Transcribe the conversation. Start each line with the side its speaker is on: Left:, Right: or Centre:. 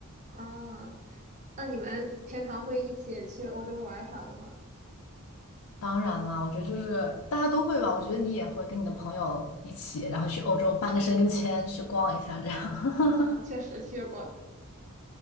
Right: 啊，那你们平常会一起去欧洲玩儿啥的吗？
Left: 当然啦，我觉得就是大家都会吧。我觉得你也会跟你的朋友一起，然后去欧洲办个申根签，去逛一下这样。<laughs>
Right: 啊，确实去过。